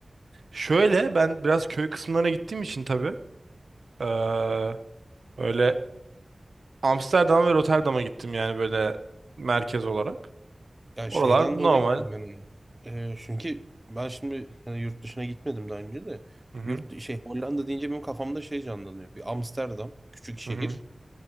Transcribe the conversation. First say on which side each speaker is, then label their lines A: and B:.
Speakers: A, on the right (about 80°); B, on the right (about 20°).
A: şöyle ben biraz köy kısımlarına gittiğim için tabii. eee, öyle Amsterdam ve Rotterdam'a gittim yani böyle merkez olarak.
B: Ya
A: Oralar
B: şeyden dolayı
A: normal.
B: diyorum ben onu. Ee, çünkü ben şimdi hani yurt dışına gitmedim daha önce de.
A: Hı hı,
B: Yurt şey Hollanda deyince benim kafamda şey canlanıyor. Bir Amsterdam, küçük şehir.
A: hı hı,